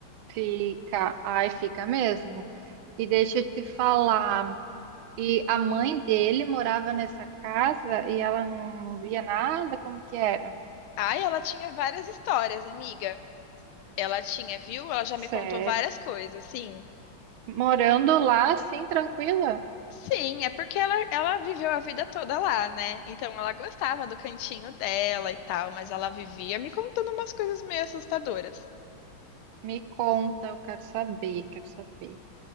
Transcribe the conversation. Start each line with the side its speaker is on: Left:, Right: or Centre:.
Right: Fica, ai, fica mesmo. E deixa eu te falar. E a mãe dele morava nessa casa e ela não, não via nada, como que era?
Left: Ai, ela tinha várias histórias, amiga. Ela tinha, viu? Ela já
Right: Sério.
Left: me contou várias coisas, sim.
Right: Morando lá, assim, tranquila?
Left: Sim, é porque ela, ela viveu a vida toda lá, né? Então ela gostava do cantinho dela e tal, mas ela vivia me contando umas coisas meio assustadoras.
Right: Me conta, eu quero saber, quero saber.